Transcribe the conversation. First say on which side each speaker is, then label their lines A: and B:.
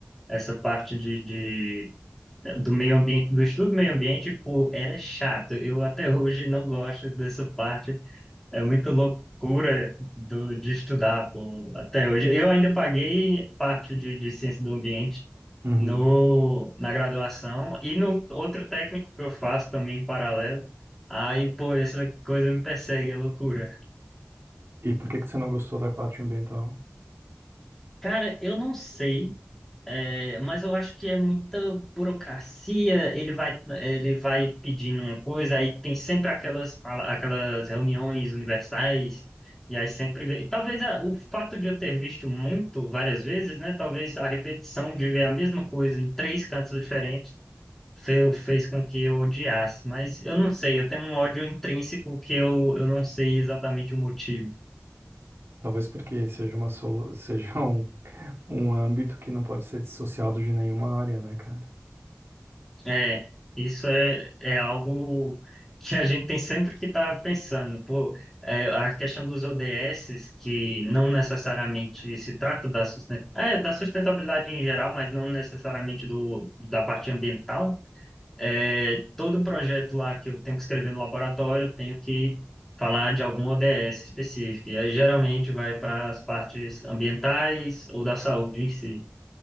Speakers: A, in the centre; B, on the right (about 60°).
A: essa parte de, de- do meio ambiente, do estudo do meio ambiente, pô, era chato. Eu até hoje não gosto dessa parte É muita loucura do, de estudar, pô, até hoje. Eu ainda paguei parte de, de ciência do ambiente
B: Uhum.
A: no, na graduação e no outro técnico que eu faço também em paralelo. Aí, pô, essa coisa me persegue, é loucura.
B: E por que que você não gostou da parte ambiental?
A: Cara, eu não sei, é, mas eu acho que é muita burocracia. Ele vai, ele vai pedindo uma coisa, aí tem sempre aquelas, fala- aquelas reuniões universais, e aí sempre. E talvez ah, o fato de eu ter visto muito várias vezes, né? Talvez a repetição de ver a mesma coisa em três cantos diferentes fe- fez com que eu odiasse. Mas eu não sei, eu tenho um ódio intrínseco que eu, eu não sei exatamente o motivo.
B: Talvez porque seja uma solu... <laughs> seja um um âmbito que não pode ser dissociado de nenhuma área, né, cara?
A: É, isso é, é algo que a gente tem sempre que estar pensando. Pô, é, a questão dos ODS, que não necessariamente se trata da, susten- é, da sustentabilidade em geral, mas não necessariamente do, da parte ambiental. É, todo projeto lá que eu tenho que escrever no laboratório, eu tenho que falar de algum ODS específico. E aí, geralmente, vai para as partes ambientais ou da saúde em si.